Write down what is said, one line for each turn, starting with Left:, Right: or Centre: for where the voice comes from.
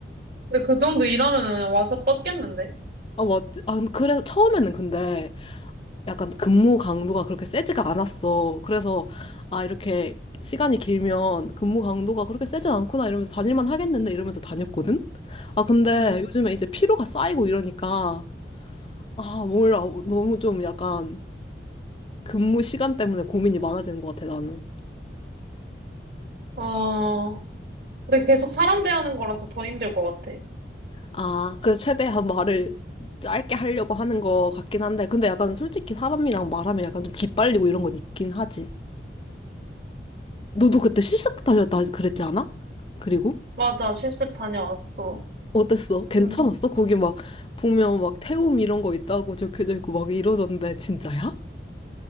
Right: 근데 그 정도 일하면 그냥 와서 뻗겠는데?
Left: 아, 맞지? 아, 그래서 처음에는 근데, 약간 근무 강도가 그렇게 세지가 않았어. 그래서, 아, 이렇게 시간이 길면 근무 강도가 그렇게 세진 않구나 이러면서 다닐만 하겠는데 이러면서 다녔거든? 아, 근데
Right: 응.
Left: 요즘에 이제 피로가 쌓이고 이러니까, 아, 몰라. 너무 좀 약간 근무 시간 때문에 고민이 많아지는 것 같아, 나는.
Right: 어. 근데 계속 사람 대하는 거라서 더 힘들 것 같아.
Left: 아, 그래서 최대한 말을 짧게 하려고 하는 것 같긴 한데, 근데 약간 솔직히 사람이랑 말하면 약간 좀 기빨리고 이런 건 있긴 하지. 너도 그때 실습 다녔다 그랬지 않아? 그리고?
Right: 맞아, 실습 다녀왔어.
Left: 어땠어? 괜찮았어?
Right: 응.
Left: 거기 막 보면 막 태움 이런 거 있다고 적혀져 있고 막 이러던데 진짜야?